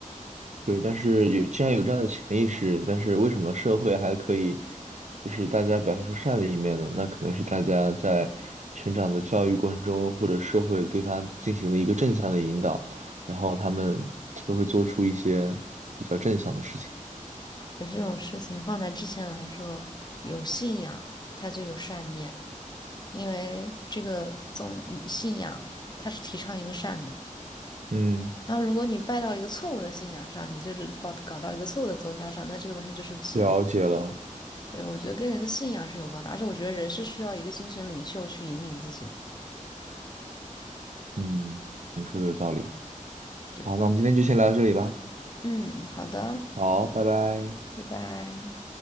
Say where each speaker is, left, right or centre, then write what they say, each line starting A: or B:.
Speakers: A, on the right; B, on the left.
A: 对，但是有既然有这样的潜意识，但是为什么社会还可以，就是大家表现出善的一面呢？那可能是大家在成长的教育过程中，或者社会对他进行了一个正向的引导，然后他们就会做出一些比较正向的事情。
B: 这种事情放在之前来说，有信仰，它就有善念，因为这个宗信仰它是提倡一个善的。
A: 嗯，
B: 然后，如果你拜到了一个错误的信仰上，你就是搞搞到一个错误的宗教上，那这个东西就是邪恶。
A: 了解了。
B: 对，我觉得跟人的信仰是有关的，而且我觉得人是需要一个精神领袖去引领自己的，
A: 嗯，你说的有道理。
B: 对吧？
A: 好，那我们今天就先聊到这里吧。
B: 嗯，好的，
A: 好，拜拜。
B: 拜拜。